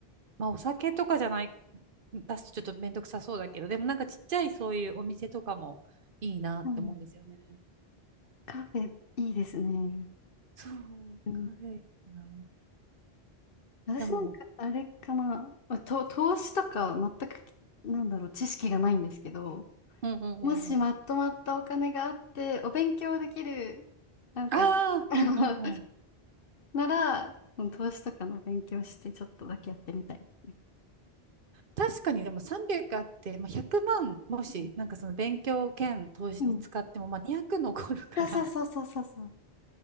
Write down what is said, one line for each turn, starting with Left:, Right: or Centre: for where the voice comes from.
Right: まあお酒とかじゃない、出すとちょっとめんどくさそうだけど、でもなんかちっちゃいそういうお店とかもいいなって思うんですよね。
Left: うんカフェ、いいですね。
Right: そう、
Left: うん
Right: カフェな。
Left: 私なんか、
Right: でも、
Left: あれかな、まあ、と、投資とか全く、なんだろう、知識がないんですけど、
Right: うんうんうんうん。
Left: もしまとまったお金があって、お勉強できる、なんか、
Right: あ
Left: <laughs>
Right: あ、
Left: あの
Right: うんうんうん。
Left: なら、うん投資とかの勉強して、ちょっとだけやってみたいですね。
Right: 確かにでも300あって、まあ、100万もし、
Left: う
Right: なんかその勉強兼投資に使っても、
Left: ん。うん
Right: まあ200残るから
Left: そうそうそうそうそうそ